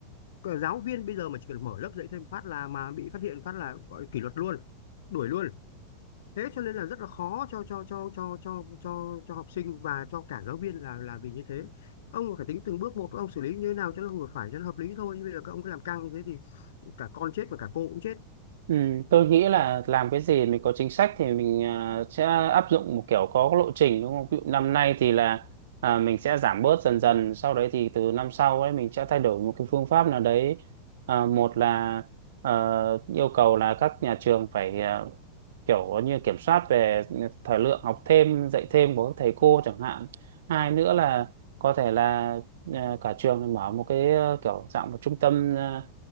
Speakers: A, on the left; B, on the right.
A: Cờ giáo viên bây giờ mà chỉ cần mở lớp dạy thêm phát là mà bị phát hiện phát là gọi kỷ luật luôn đuổi luôn thế cho nên là rất là khó cho cho cho cho cho cho cho học sinh và cho cả giáo viên là là vì như thế ông phải tính từng bước một ông xử lý như thế nào cho nó vừa phải cho nó hợp lý thôi chứ bây giờ các ông cứ làm căng như thế thì cả con chết và cả cô cũng chết
B: Ừ, tôi nghĩ là làm cái gì mình có chính sách thì mình à, sẽ áp dụng một kiểu có lộ trình đúng không? Ví dụ năm nay thì là à, mình sẽ giảm bớt dần dần, sau đấy thì từ năm sau ấy mình sẽ thay đổi một cái phương pháp nào đấy. À, một là ờ, yêu cầu là các nhà trường phải à, kiểu như kiểm soát về thời lượng học thêm, dạy thêm của các thầy cô chẳng hạn. Hai nữa là có thể là à, cả trường mở một cái ờ, kiểu dạng một trung tâm à,